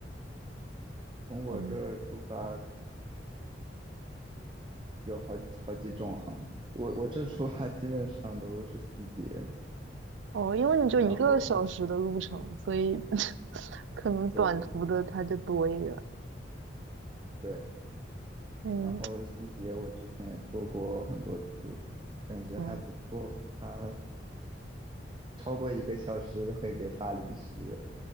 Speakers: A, on the right (about 25°); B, on the right (about 75°).
A: 从我这儿出发
B: 嗯，
A: 有好几好几种航司我我这出发基本上都是西捷，
B: 哦，因为你就一个小时的路程，
A: 然后
B: 所以 <laughs> 可能短途的它就多一点儿。
A: 对对，
B: 嗯，
A: 然后西捷我之前也坐过很多次，感觉还不错。
B: 嗯，
A: 他超过一个小时会给发零食，